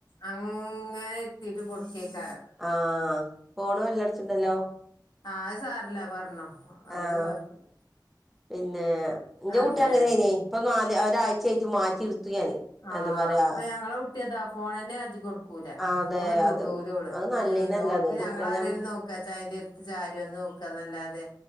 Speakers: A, on the left (about 70°); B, in the centre.
A: അങ്ങനെ ഇത്തിട്ട് കൊട്ക്കേക്കാരം.
B: ആഹ് ഫോണ് ബെല്ലട്ച്ച്ണ്ടല്ലോ.
A: ആഹ് അഹ് സാരല്ല പർഞ്ഞോ അത്
B: ആഹ്
A: കൊഴപ്പല്ല.
B: പിന്നെ ഇന്റെ
A: അങ്ങനെയാണ്
B: കുട്ടി അങ്ങനേനി പ്പ നാല് ഒരാഴ്ചയായിട്ട് മാറ്റി ഇട്ത്തു ഞാന്.
A: ആഹ്
B: എന്താ പറയാ
A: ഇപ്പ ഞങ്ങളെ കുട്ട്യതാ ഫോണന്നെ കജ്ജി കൊട്ക്കൂല
B: ആഹ് അതെ
A: ഫോണ് തൊടൂ
B: അത്
A: ൾ
B: അത് നല്ലീനല്ല
A: ഉം ഓൾക്ക്
B: അത്
A: ഞങ്ങളാരേലും
B: കുട്ടികളെ ഞ
A: നോക്കാ ച അയിന്റെ ട്ത്ത് ചാരി വന്ന് നോക്കന്നല്ലാതെ.